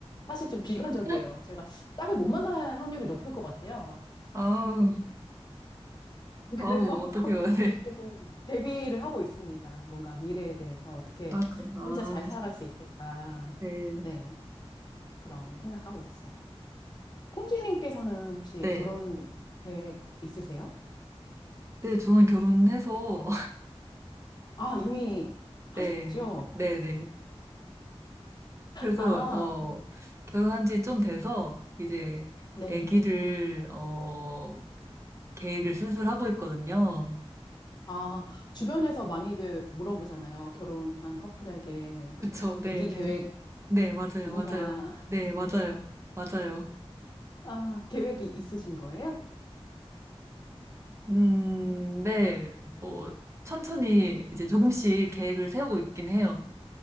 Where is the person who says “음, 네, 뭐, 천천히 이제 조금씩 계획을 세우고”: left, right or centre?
Right